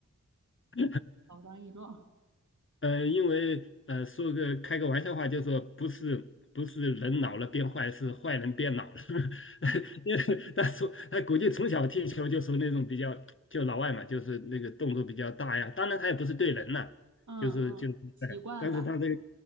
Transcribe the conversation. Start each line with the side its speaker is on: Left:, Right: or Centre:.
Left: <laughs>
Right: 老当益壮。
Left: 呃，因为呃，说个开个玩笑话，就说不是不是人老了变坏，是坏人变老了。<laughs> 因为他从他估计从小踢球就是那种比较就老外嘛，就是那个动作比较大呀。当然他也不是对人呐、
Right: 嗯嗯，
Left: 就是就是哎，
Right: 习惯吧。
Left: 但是他这个